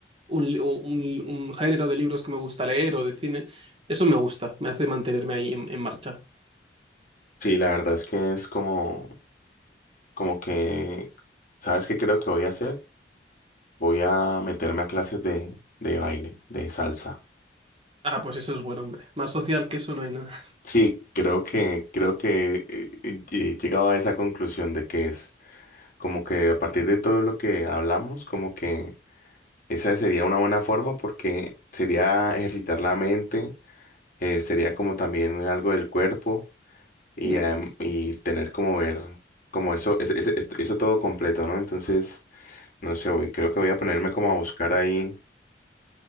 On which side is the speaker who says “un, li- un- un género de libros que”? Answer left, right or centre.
Right